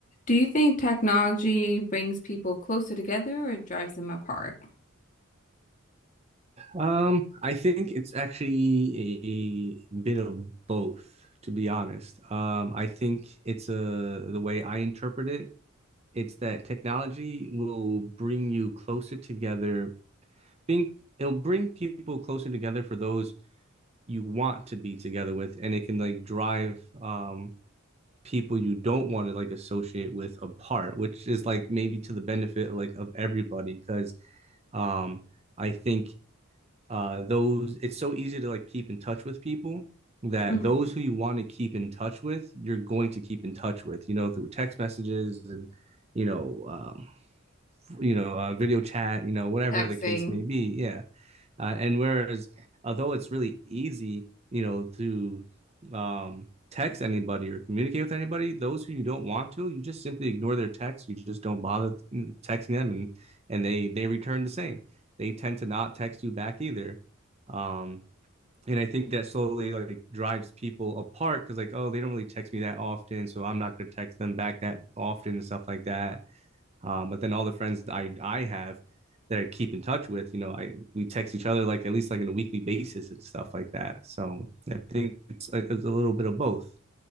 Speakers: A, on the left (about 40°); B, on the right (about 30°).
A: Do you think technology brings people closer together or drives them apart?
B: Um, I think it's actually a bit of both, to be honest. Um, I think it's a the way I interpret it, it's that technology will bring you closer together, being it'll bring people closer together for those you want to be together with, and it can like drive um people you don't want to like associate with apart, which is like maybe to the benefit like of everybody, because um I think uh those it's so easy to like keep in touch with people that
A: hmm
B: those who you want to keep in touch with you're going to keep in touch with you know through text messages and you know um you know uh, video chat you know whatever
A: Texting,
B: the case may be yeah uh, and whereas, although it's really easy, you know, to um, text anybody or communicate with anybody, those who you don't want to, you just simply ignore their text. You just don't bother texting them, and and they they return the same. They tend to not text you back either. Um, and I think that slowly like drives people apart because like oh they don't really text me that often, so I'm not going to text them back that often and stuff like that. Um, but then all the friends I I have that I keep in touch with, you know, I we text each other like at least like on a weekly basis and stuff like that. So I think it's, it's a little bit of both.